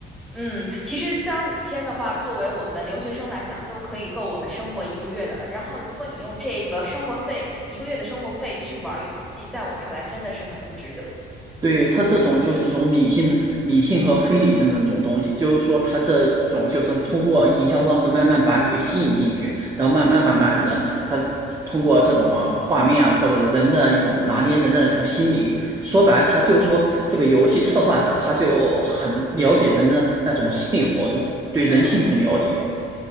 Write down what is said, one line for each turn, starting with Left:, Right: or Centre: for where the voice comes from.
Centre: 嗯，其实三五千的话，作为我们留学生来讲，都可以够我们生活一个月的了。然后，如果你用这个生活费，一个月的生活费去玩儿游戏，在我看来真的是很不值得。
Right: 对，它这种就是种理性的、理性和非理性的那种东西，就是说它这种就是通过营销方式慢慢把你给吸引进去，然后慢慢慢慢的，它通过这种啊画面啊或者人的一种拿捏人的那种心理，说白了，他就说这个游戏策划者他就很了解人的那种心理活动，对人性很了解。
Centre: 嗯。